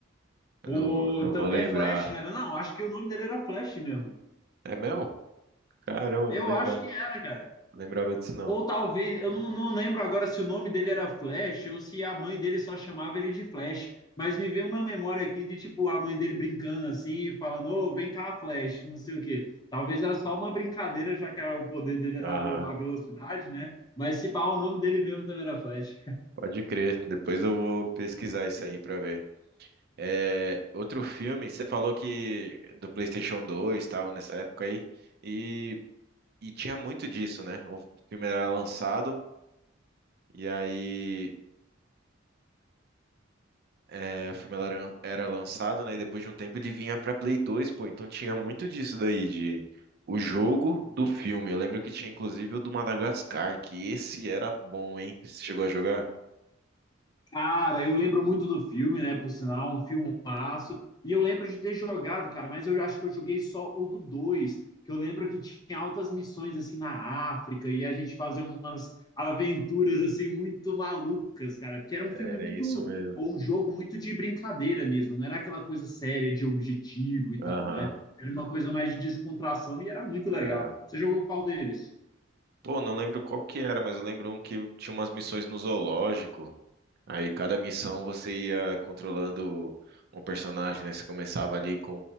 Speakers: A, on the right (about 50°); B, on the left (about 20°).
A: Eu
B: Pô,
A: não, vou- não
B: então-
A: vou lembrar.
B: é Flash, não era? Não, acho que o nome dele era Flash mesmo.
A: É mesmo? Caramba,
B: Eu
A: não lembrava.
B: acho que era, cara.
A: Não lembrava disso não.
B: Ou talvez, eu não, não lembro agora se o nome dele era Flash ou se a mãe dele só chamava ele de Flash. Mas me veio uma memória aqui de, tipo, a mãe dele brincando assim, falando, ô, vem cá, Flash, não sei o quê. Talvez era só uma brincadeira, já que a- o poder dele era
A: Aham,
B: o- a velocidade, né? Mas se pá, o nome dele mesmo também era Flash.
A: pode crer. Depois eu vou pesquisar isso aí pra ver. É, outro filme, você falou que do PlayStation 2 tal, nessa época aí. E, e tinha muito disso, né? O filme era lançado. E aí É, o filme era, era lançado, né? E depois de um tempo ele vinha pra Play 2, pô. Então tinha muito disso daí, de o jogo do filme. Eu lembro que tinha inclusive o do Madagascar, que esse era bom, hein? Você chegou a jogar?
B: Cara, eu lembro muito do filme, né? Por sinal, um filmaço. E eu lembro de ter jogado, cara, mas eu acho que eu joguei só o do 2. que eu lembro que tinha altas missões assim na África e a gente fazia umas aventuras assim muito malucas, cara, porque era um filme
A: Era
B: muito
A: isso mesmo.
B: ou um jogo muito de brincadeira mesmo, não era aquela coisa séria de objetivo e tal,
A: Aham,
B: né? Era uma coisa mais de descontração e era muito
A: era.
B: legal. Você jogou qual deles?
A: Pô, não lembro qual que era, mas eu lembro um que tinha umas missões no zoológico. Aí cada missão você ia controlando um personagem, né? Você começava ali com,